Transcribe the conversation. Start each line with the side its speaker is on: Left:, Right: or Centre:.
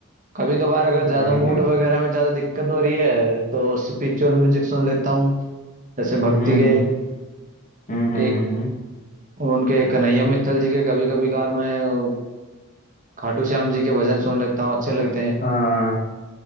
Right: कभी कभार अगर ज्यादा
Left: बढ़िया
Right: मूड वगैरह में ज्यादा दिक्कत हो रही है तो स्पिरिचुअल म्यूजिक सुन लेता हूँ जैसे भक्ति
Left: हम्म
Right: के
Left: हम्म हम्म हम्म
Right: एक
Left: हम्म, हम्म।
Right: उनके कन्हैया मित्तल जी के कभी कभी कार मैं वो खाटू श्याम जी के भजन सुन लेता हूँ अच्छे लगते हैं
Left: हाँ